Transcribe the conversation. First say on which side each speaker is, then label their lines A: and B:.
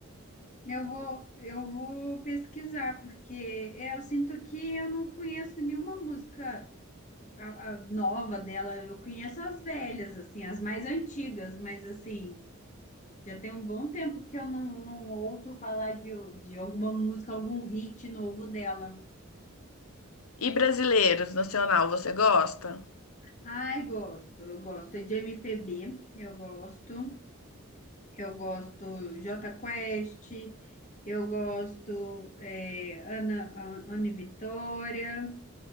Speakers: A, on the left; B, on the left.
A: Eu vou, eu vou pesquisar, porque é, eu sinto que eu não conheço nenhuma música a- a nova dela. Eu conheço as velhas, assim, as mais antigas, mas assim, já tem um bom tempo que eu não, não ouço falar de, de alguma música, algum hit novo dela.
B: E brasileiros, nacional, você gosta?
A: Ai, gosto, eu gosto de MPB, eu gosto, eu gosto Jota Quest, eu gosto é, Ana, Ana Vitória.